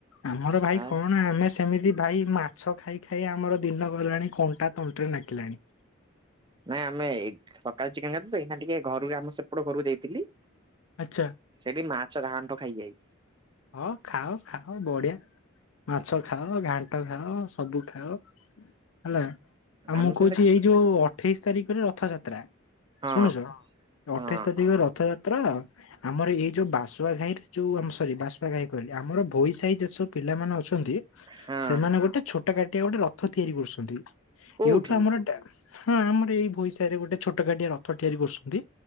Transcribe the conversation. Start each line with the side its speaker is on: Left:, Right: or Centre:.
Left: ଆମର ଭାଇ
Right: ଆ
Left: କଣ ଆମିଶ? ସେମିତି ଭାଇ ମାଛ ଖାଇ ଖାଇ ଆମର ଦିନ ଗଲାଣି କଣ୍ଟା ତଣ୍ଟିରେ ଲାଗିଲାଣି।
Right: ନାଇଁ ଆମେ ସକାଳୁ ଚିକେନ୍ ଖାଇଥିଲୁ, ତ ଏଇନା ଟିକେ ଘରୁ ଆମ ସେପଟ ଘରକୁ ଯାଇଥିଲି
Left: ଆଚ୍ଛା।
Right: ସେଠି ମାଛ ଘାଣ୍ଠ ଖାଇକି ଆଇଲି।
Left: ହଁ ଖାଅ ଖାଅ ବଢିଆ ମାଛ ଖାଅ ଘାଣ୍ଟ ଖାଅ ସବୁ ଖାଅ ହେଲା ଆଉ
Right: ଆମେ
Left: ମୁଁ କହୁଚି
Right: ସେମିତି
Left: ଏଇ ଯୋଉ ଅଠେଇଶି ତାରିଖରେ ରଥଯାତ୍ରା।
Right: ହଁ
Left: ଶୁଣୁଚ
Right: ହଁ
Left: ଅଠେଇଶି ତାତିଖ ରଥଯାତ୍ରା ଆମର ଏଇ ଯୋଉ ବାସୁଆ ଘାଇର ଯୋଉ ଆମ ସରି ବାଶୁଆ ଘାଇ କହିଲି ଆମର ଭୋଇ ସାହି ଯେ ସବୁ ପିଲାମାନେ ଅଛନ୍ତି।
Right: ହଁ
Left: ସେମାନେ ଗୋଟେ ଛୋଟ କାଟିଆ ଗୋଟେ ରଥ ତିଆରି କରୁସନ୍ତି
Right: କୋଉଠି
Left: ଏଇଠୁ ଆମର ଡା ହଁ ଆମର ଏଇ ଭୋଇସାହି ରେ ଗୋଟେ ଛୋଟ କାଟିଆ ରଥ ତିଆରି କରୁସନ୍ତି